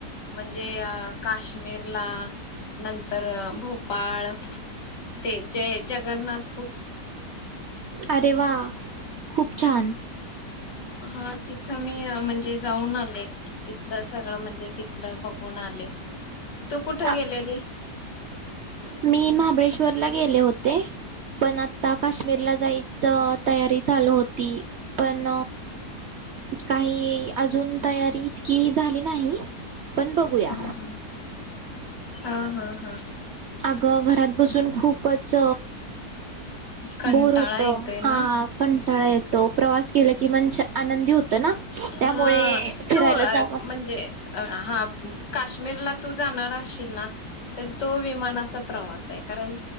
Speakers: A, on the left; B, on the right.
A: म्हणजे अं काश्मीर ला नंतर भोपाळ ते जय जगन्नाथ
B: अरे वा! खूप छान.
A: हा तिथं मी म्हणजे जाऊन आलो तिथलं सगळं म्हणजे तिथलं बघून आले. तू कुठ
B: अ,
A: गेलेली?
B: मी महाबळेश्वरला गेले होते. पण आता काश्मीरला जायचं तयारी चालू होती. पण काही अजून तयारी इतकी झाली नाही. पण बघूया
A: हम हम हा हा. हा.
B: अग घरात बसून खूपच
A: कंटाळा
B: बोर होत
A: येतोय
B: हा
A: ना
B: कंटाळा येतो. प्रवास केला की मन शां आनंदी होतं ना त्यामुळे
A: हा
B: फिरायला
A: तू
B: जाऊ वाटत
A: म्हणजे अ हा काश्मीरला तू जाणार असशील ना तर तो विमानाचा प्रवास आहे. कारण